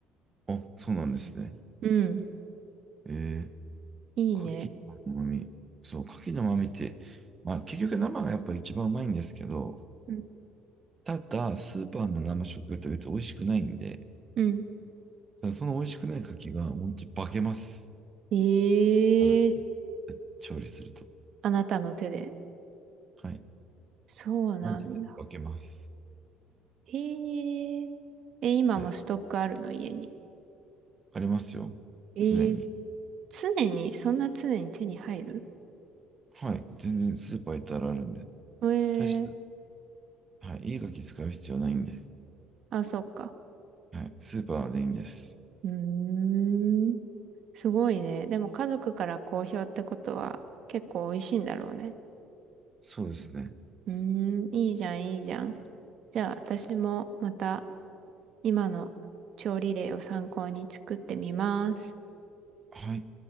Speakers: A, on the right; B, on the right.
A: あ、そうなんですね。
B: うん、
A: え
B: いいね。
A: ー、牡蠣の旨味。そう、牡蠣の旨味って、まあ結局生がやっぱ一番うまいんですけど、
B: うん。
A: ただ、スーパーの生食用って別に美味しくないんで、
B: うん。
A: ただその美味しくない牡蠣が本当に化けます。
B: ええー、
A: あ調理すると。
B: あなたの手で。
A: はい。
B: そうなんだ。
A: マジで化けます。
B: へえ。え、今もストックあるの、
A: はい。
B: 家に。
A: ありますよ。
B: ええ。
A: 常に。
B: 常に、そんな常に手に入る
A: はい。全然スーパー行ったらあるんで。
B: ええ。
A: 大したはい。いいガキ使う必要ないんで。
B: あ、そっか。
A: はい。スーパーでいいんです。
B: うーん。すごいね。でも家族から好評ってことは結構美味しいんだろうね。
A: そうですね。
B: うーん。いいじゃん、いいじゃん。じゃあ私もまた今の調理例を参考に作ってみます。
A: はい。